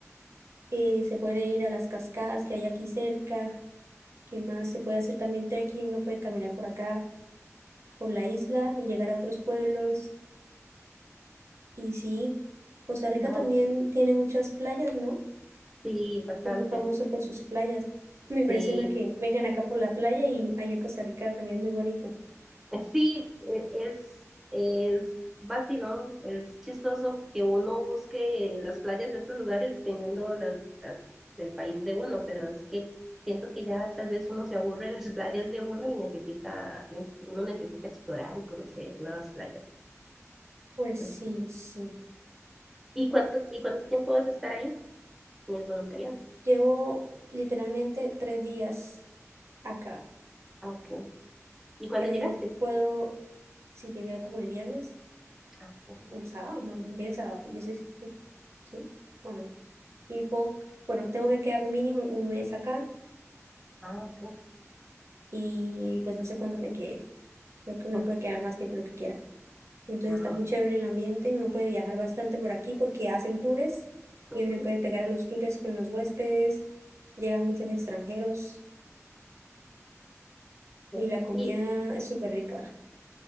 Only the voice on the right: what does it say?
eh, se puede ir a las cascadas que hay aquí cerca, ¿Qué más? Se puede hacer también trekking, uno puede caminar por acá, por la isla y llegar a otros pueblos. Y sí, Costa Rica
también tiene muchas playas, ¿no?
Es muy famoso por sus playas. <laughs> Me impresiona
que vengan acá por la playa y allá en Costa Rica también es muy bonito.
Pues
sí, sí.
Llevo literalmente tres días acá.
Eh,
puedo, si llegué como el viernes
o el sábado, no, llegué el sábado. Yo soy, sí, bueno. Y puedo, bueno, tengo que quedarme mínimo un mes acá.
y pues no sé cuándo me quede. Creo que uno
puede quedar más tiempo lo que quiera. Entonces
está muy chévere
el ambiente, uno puede viajar bastante por aquí porque hacen tours
y uno se puede pegar a los tours con los huéspedes, llegan muchos extranjeros
y la comida
es súper rica.